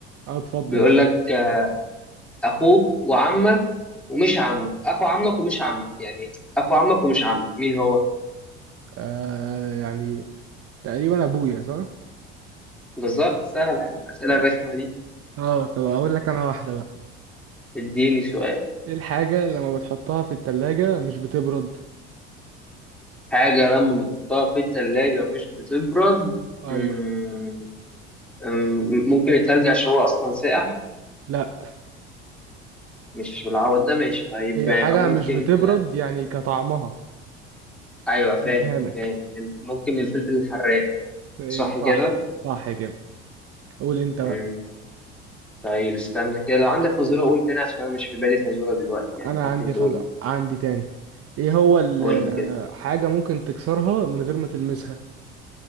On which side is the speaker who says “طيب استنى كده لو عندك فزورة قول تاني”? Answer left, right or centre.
Centre